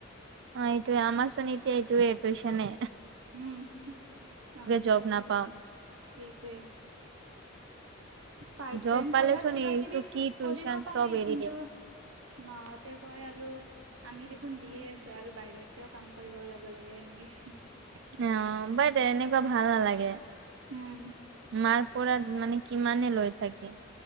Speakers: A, on the right; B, on the right.
A: অ' এইটোৱে, আমাৰচুন এইটোৱে এ, টিচনে।
B: উম, নহ'লে
A: জব
B: আৰু
A: নাপাম
B: হেইটোৱে। পাৰ্ট
A: জব
B: টাইম
A: পালেচোন
B: ক'ৰবাত কিবা
A: এইটো
B: কিবি
A: কি টিউচন
B: কৰিব পাৰি
A: চব এৰি
B: কিন্তু
A: দিম
B: মাহতে কয় আৰু আমি দেখোন দিয়ে আছো আৰু বাহিৰত কিয় কাম কৰিব যাব লাগে, এনেকে
A: অ' বাদে এনেকুৱা ভাল নালাগে।
B: আৰু
A: মাৰ
B: উম
A: মাৰপৰা মানে কিমানে লৈ থাকিম।